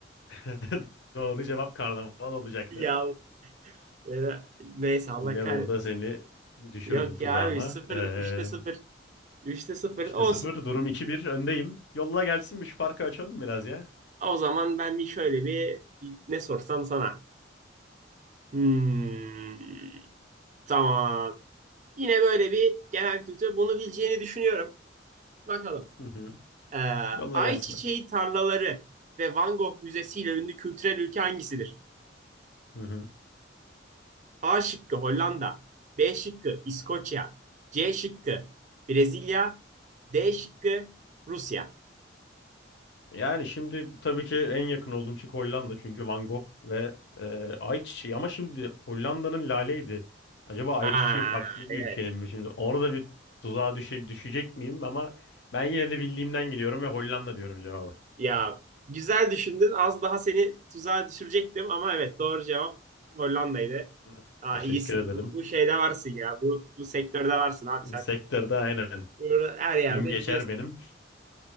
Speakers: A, on the left (about 65°); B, on the right (about 40°).
A: <laughs> Doğru cevap karnaval olacaktı.
B: Ya e, neyse Allah
A: Yine
B: kahretmesin.
A: burada seni düşürdüm
B: Yok
A: tuzağıma.
B: ya abi sıfır
A: Ee,
B: üçte sıfır üçte sıfır
A: İşte
B: olsun.
A: sıfır durum iki bir öndeyim. Yolla gelsin bir şu farkı açalım biraz ya.
B: O zaman ben bir şöyle bir, bir ne sorsam sana. Hmm, tamam. Yine böyle bir genel kültür. Bunu bileceğini düşünüyorum. Bakalım.
A: Hı hı.
B: Ee,
A: Yolla
B: ayçiçeği
A: gelsin.
B: tarlaları ve Van Gogh Müzesi ile ünlü kültürel ülke hangisidir?
A: Hı hı.
B: A şıkkı Hollanda,
A: Ş-
B: B şıkkı İskoçya, C şıkkı Brezilya, D şıkkı Rusya.
A: Yani şimdi tabii ki en yakın olduğum şey Hollanda çünkü Van Gogh ve e, Ayçiçeği ama şimdi Hollanda'nın Lale'ydi. Acaba Ayçiçeği
B: Aa,
A: farklı
B: evet.
A: bir ülkenin mi? Şimdi orada bir tuzağa düşe, düşecek miyim ama ben yine de bildiğimden geliyorum ve Hollanda diyorum cevabı.
B: Ya güzel düşündün. Az daha seni tuzağa düşürecektim ama evet doğru cevap Hollanda'ydı.
A: Hı.
B: Aa,
A: Teşekkür
B: iyisin.
A: ederim.
B: Bu, bu şeyde varsın ya. Bu, bu sektörde varsın abi sen.
A: Sektörde aynen.
B: Bunu Her yerde
A: Film geçer
B: biliyorsun.
A: benim.